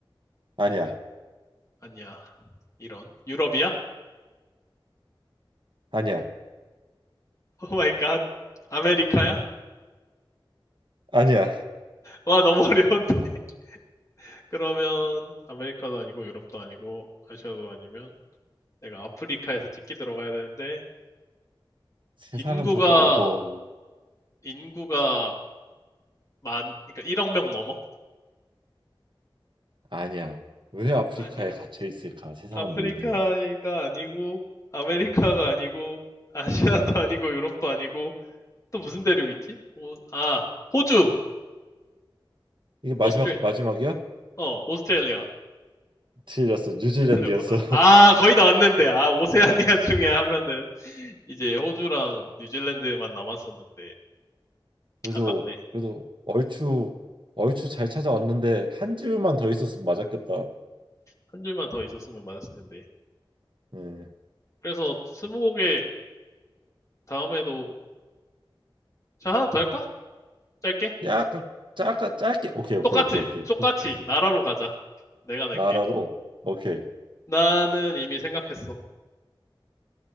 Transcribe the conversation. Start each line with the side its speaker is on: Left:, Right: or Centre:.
Right: 아니야,
Left: 아니야. 이런. 유럽이야?
Right: 아니야,
Left: 오 마이 갓. 아메리카야?
Right: 아니야.
Left: 와, 너무 어려운데. <laughs> 그러면 아메리카도 아니고 유럽도 아니고 아시아도 아니면 내가 아프리카에서 찍기 들어가야 되는데
Right: 세상은
Left: 인구가
Right: 더 넓어.
Left: 인구가 만 그러니까 1억 명 넘어?
Right: 아니야. 왜 아프리카에
Left: 아니야.
Right: 갇혀 있을까? 세상은
Left: 아프리카가
Right: 넓은데.
Left: 아니고 아메리카가 아니고 아시아도 <laughs> 아니고 유럽도 아니고 또 무슨 대륙 있지? 오, 아, 호주.
Right: 이게 마지막
Left: 오스트레
Right: 마지막이야?
Left: 어, 오스트레일리아.
Right: 틀렸어. 뉴질랜드였어.
Left: 틀렸구나. 아, 거의 다 왔는데 아, 오세아니아
Right: <laughs>
Left: 중에 하면은 이제 호주랑 뉴질랜드만 남았었는데
Right: 그래서
Left: 아깝네.
Right: 그래도 얼추 얼추 잘 찾아왔는데 한 집만 더 있었으면 맞았겠다.
Left: 한 줄만 더 있었으면 맞았을 텐데.
Right: 음,
Left: 그래서 스무고개 다음에도 자, 하나 더 할까? 짧게?
Right: 약간 짧게 짧게 오케이 오케이
Left: 똑같이,
Right: 오케이 오케이
Left: 똑같이 나라로 가자. 내가 낼게.
Right: 나라로 오케이.
Left: 나는 이미 생각했어.